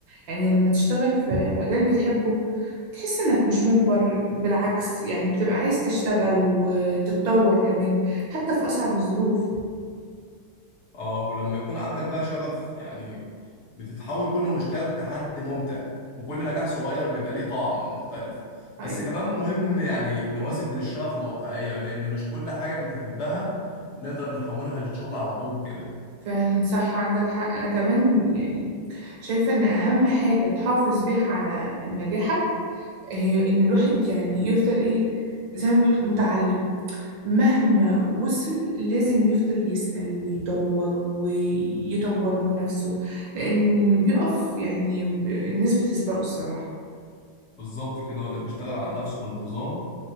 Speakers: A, on the right; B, on the left.
A: يعني لما تشتغل في مجال بتحبه تحس انك مش مجبر بالعكس يعني بتبقى عايز تشتغل وتتطور كمان حتى في اصعب الظروف
B: اه ولما يكون عندك بقى شغف يعني بتتحول كل مشكلة لتحدي ممتع وكل نجاح صغير بيبقى ليه طعم مختلف بس
A: حقيقي
B: كمان مهم يعني نوازن بين الشغف والواقعية لأن مش كل حاجة بنحبها نقدر نحولها لشغل على طول كده
A: فعلا صح عندك حق انا كمان يعني شايفة ان اهم حاجة تحافظ بيها على نجاحك هي ان الواحد يعني يفضل ايه زي ما بيقولك متعلم مهما وصل لازم يفضل يسأل ويدور ويطور من نفسه لأن اللي بيقف يعني الناس بتسبقه الصراحة
B: بالظبط كده واللي بيشتغل على نفسه بانتظام